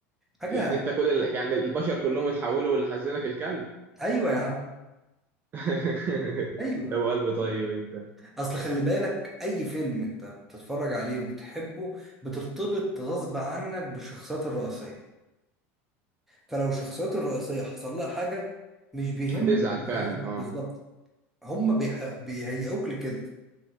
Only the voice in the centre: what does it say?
حاجة
ايوه يا عم
ايوه
اصل خلي بالك اي فيلم انت بتتفرج عليه وبتحبه بترتبط غصب عنك بالشخصيات الرئيسية فلو الشخصيات الرئيسية حصل لها حاجة مش بيهمك
كل
حاجة بالظبط
هم بيح- بيهيئوك لكده